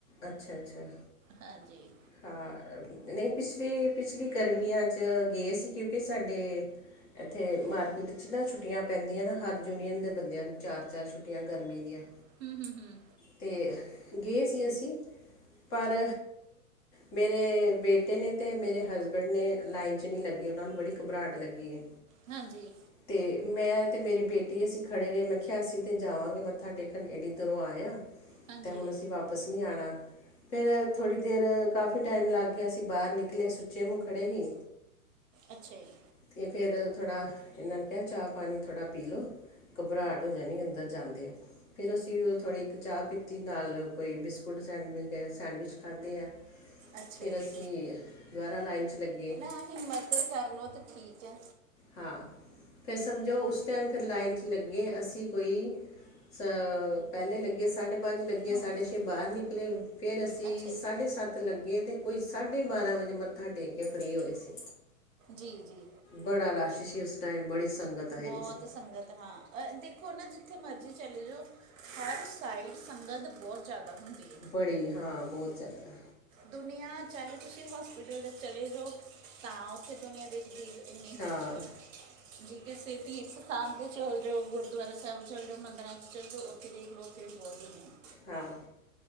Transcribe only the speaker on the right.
ਹਾਂਜੀ
ਹਂ, ਹਂ, ਹਂ।
ਹਾਂਜੀ।
ਹਾਂਜੀ
ਅੱਛਾ ਜੀ
ਅੱਛਾ
ਜੀ
ਹੈ ਹਿੰਮਤ ਕਰ ਲੋ ਤੇ ਠੀਕ ਐ।
ਨਮਕ
ਨਹੀਂ
ਅੱਛਾ ਜੀ
ਜੀ-ਜੀ।
ਬੋਹਤ
ਸੰਗਤ ਹਾਂ ਦੇਖੋ ਨਾ ਜਿੱਥੇ ਮਰਜ਼ੀ ਚਲੇ ਜਾਓ ਹਰ ਸਾਈਡ ਸੰਗਤ ਬੋਹਤ ਜ਼ਿਆਦਾ ਹੁੰਦੀ ਐ।
ਦੁਨੀਆ ਚਾਹੇ ਤੁਸੀਂ ਹੋਸਪਿਟਲ ਦੇ ਚਲੇ ਜੋ ਤਾਂ ਓਥੇ ਦੁਨੀਆ ਦਿਖੇਗੀ। <unintelligible>
ਜੀ ਕਿਸੇ ਤੀਰਥ ਸਥਾਨ ਤੇ ਚੱਲ ਜੋ ਗੁਰਦੁਆਰਾ ਸੈਬ ਚੱਲ ਜੋ ਮੰਦਿਰਾਂ ਤੇ ਚੱਲ ਜੋ ਫਿਰ ਦੇਖ ਲੋ ਓਥੇ ਵੀ‌ ਬੋਤ ਹੁੰਦੀ ਦੂਨੀਆਂ।